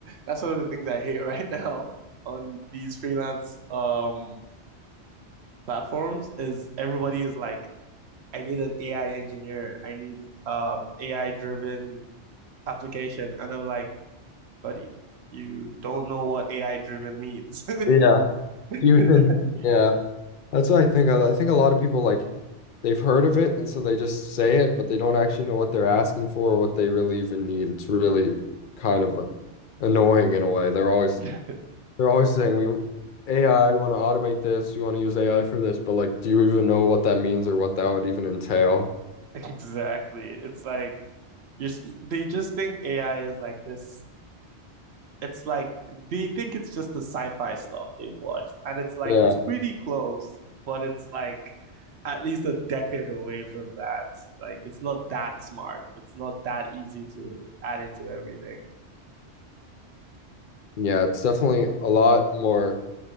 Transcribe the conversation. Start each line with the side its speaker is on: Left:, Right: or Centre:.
Right: that's one of the things I hate <laughs> right now on these freelance um platforms is everybody is like, I need an AI engineer, I need um AI driven application, and I'm like, buddy, you don't know what AI driven means.
Left: Yeah,
Right: <laughs>
Left: even Yeah, that's what I think. I, I think a lot of people like they've heard of it, and so they just say it, but they don't actually know what they're asking for or what they really even need. It's really kind of annoying in a way. They're always
Right: Yeah.
Left: they're always saying we AI, we want to automate this, you want to use AI for this, but like, do you even know what that means or what that would even entail?
Right: Exactly. It's like you're, s- they just think AI is like this. it's like they think it's just the sci-fi stuff they've watched, and it's like
Left: Yeah.
Right: it's pretty close, but it's like at least a decade away from that. Like it's not that smart. It's not that easy to add into everything.
Left: Yeah, it's definitely a lot more.